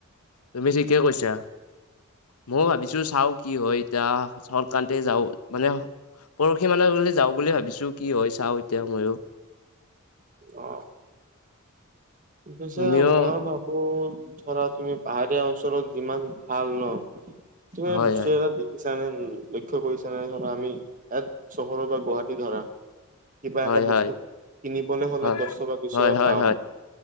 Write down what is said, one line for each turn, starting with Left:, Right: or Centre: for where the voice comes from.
Left: তুমি ঠিকে কৈছা ময়ো ভাবিছো চাও কি হয়। এতিয়া চকান্তি যাও মানে। পৰহি মানে যাওঁ বুলি ভাবিছো কি হয় চাওঁ এতিয়া ময়ো।
Right: অ পিছে
Left: তুমিও
Right: মই ভাবো- ধৰা তুমি পাহাৰীয়া অঞ্চলত যিমান ভাল ন। তুমি
Left: হয়
Right: এনে বস্তু
Left: হয়
Right: এটা দিম ছ নে লক্ষ্য কৰিছা নে ধৰা আমি এ চহৰত বা গুৱাহাটী ধৰা। কিবা
Left: হয়
Right: এটা বস্তু
Left: হয়
Right: কিনিবলৈ হলে
Left: হয়
Right: দশ টকা বিশ
Left: হয়
Right: টকা
Left: হয়
Right: পাওঁ।